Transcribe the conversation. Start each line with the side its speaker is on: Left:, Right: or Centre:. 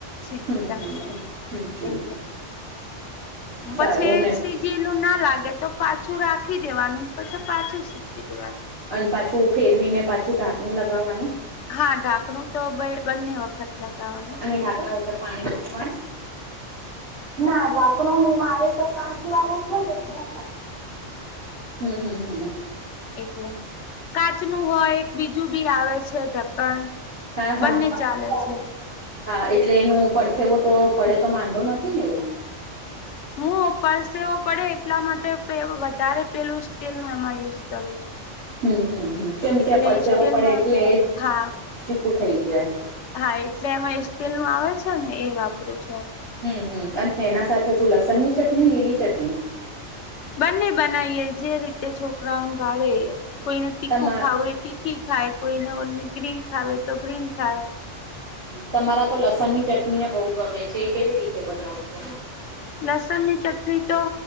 Left: શીખતા
Right: હમ હમ હમ હમ હમ
Left: એટલા.
Right: <inaudible>
Left: પછી
Right: સારું અને
Left: સીઝેલું ના લાગે તો પાછું રાખી દેવાનું પછી પાછું સીજવી દેવાનું.
Right: અને પાછું ફેરવીને પાછું ઢાંકણું લગાવવાનું.
Left: હા ઢાંકણું તો બે બંને વખત. લગાવાનુ.
Right: અને ઢાંણા ઉપર પાણી મૂકવાનું. ના તો આપડું મારે તો કાચ વાળું છે ને એકદમ. હમ્મ હમ્મ હમ્મ.
Left: એટલે કાચનું હોય એક બીજું બી આવે છે ઢક્કણ
Right: હા હા.
Left: બંને ચાલે છે
Right: હા એટલે એનું પડસેવો તો પડે તો વામાંંધો નથી ને એવું.
Left: હું પડસેવો પડે એટલા માટે વધારે પેલું સ્ટીલ નું એમાં યુઝ કરું છું.
Right: હમ્મ હમ્મ હમ્મ કેમ પડશે
Left: એટલે સ્ટીલમાં
Right: એવું પડે એટલે
Left: હા
Right: ું થઇ જાયે.
Left: હા એટલે એમાં સ્ટીલ નું આવે છે ને એ વાપરું છુ.
Right: હમ્મ હમ્મ અને એના સાથે શું લસણ ની ચટણી લીલી ચટણી.
Left: બંને બનાવીએ જે રીતે છોકરાઓ ભાવે. કોઈને તીખું
Right: તમા
Left: ખાવું તીખી ખાય કોઈને ઓનલી ગ્રીન ખાવે તો ગ્રીન ખાય.
Right: તમારા તો લસણ ની ચટણી એ બહુ ગમે છે એ કેવી રીતે બનાવ છો?
Left: લસણ ની ચટણી તો